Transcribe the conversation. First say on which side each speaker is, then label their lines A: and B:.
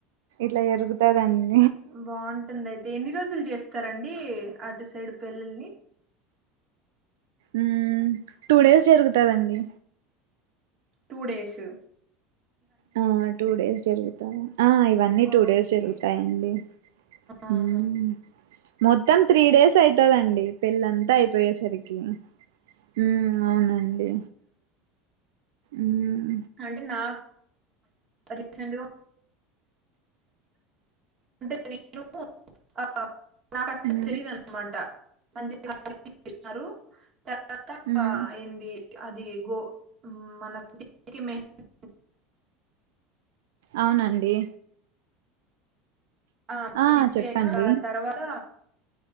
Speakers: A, on the right; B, on the right.
A: అట్ల జరుగుతదండి
B: బాగుంటుంది అయితే ఎన్ని రోజులు చేస్ స్తరండి అటు సైడ్ పెళ్ళిల్ని
A: ఉమ్ టు డేస్ జరుగుతదండి
B: టూ డేసు
A: ఆ టూ డేస్ జరుగుతాయ ఆ ఇవన్నీ టూ
B: ఓకే
A: డేస్ జరుగుతాయి అండి
B: ఆహా
A: ఉమ్ మొత్తం త్రీ డేస్ అయితదండి పెళ్ళంతా అయిపోయేసరికి య ఉమ్ అవునండి ఉమ్
B: అంటె నాకు రీసెంట్గా అంటె నేను ఆ ఆ నాకు అస్సల్
A: ఉమ్
B: తెలిదున్నమాట మంచిగా రిసెప్షన్ పెట్టినారు త తత
A: ఉమ్
B: ఏంది అది గో మనకు చేతికి మెహంది
A: అవునండి
B: ఆహ్
A: ఆ
B: మెహెంది
A: చెప్పండి
B: అయ్యాక ఆ తర్వాత